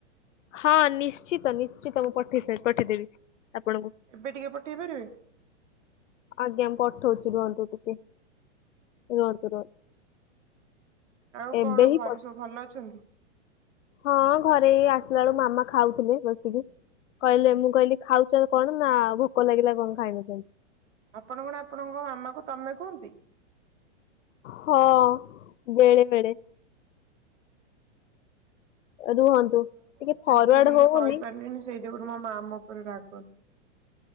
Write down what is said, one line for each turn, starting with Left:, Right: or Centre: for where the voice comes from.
Left: ହଁ ନିଶ୍ଚିତ ନିଶ୍ଚିତ ମୁଁ ପଠେଇ ସା ପଠେଇଦେବି ଆପଣଙ୍କୁ।
Right: ଏବେ ଟିକେ ପଠେଇ ପାରିବେ?
Left: ଆଜ୍ଞା ପଠଉଛି ରୁହନ୍ତୁ ଟିକେ। ରୁହନ୍ତୁ ରୁହନ୍ତୁ।
Right: ଆଉ କଣ
Left: ଏବେ ହିଁ
Right: ଘରେ
Left: ପଠ
Right: ସବୁ ଭଲ ଅଛନ୍ତି?
Left: ହଁ ଘରେ ଆସିଲା ବେଳୁ ମାମା ଖାଉଥିଲେ ବସିକି। କହିଲେ ମୁଁ କହିଲି ଖାଉଛ କଣ ନା ଭୋକ ଲାଗିଲା କଣ ଖାଇନଥାନ୍ତି।
Right: ଆପଣ କଣ ଆପଣଙ୍କ ମାମା କୁ ତମେ କୁହନ୍ତି?
Left: ହଁ ବେଳେ ବେଳେ। ରୁହନ୍ତୁ ଟିକେ
Right: ମୁଁ ବହୁତ ଚେଷ୍ଟା
Left: ଫରୱାର୍ଡ
Right: କଲି
Left: ହଉନି।
Right: କହିପାରିଲିନି ସେଇ ଯୋଗୁରୁ ମୋ ମା ମୋ ଉପରେ ରାଗନ୍ତି।